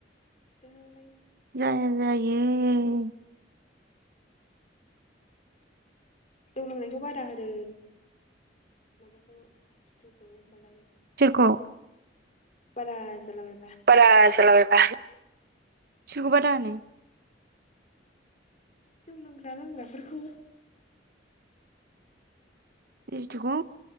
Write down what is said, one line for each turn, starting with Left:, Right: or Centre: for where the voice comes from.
Left: बिनावलाय
Right: जायो।
Left: जौ लोंनायखौ बारा होदो माबाखौ सिथुखौ होनबालाय
Right: सोरखौ
Left: बारा जाला बाय
Right: बारा जाला बायबा सोरखौ बादा होनो
Left: जौ लोंग्रा लोंग्राफोरखौ
Right: <inaudible> खौ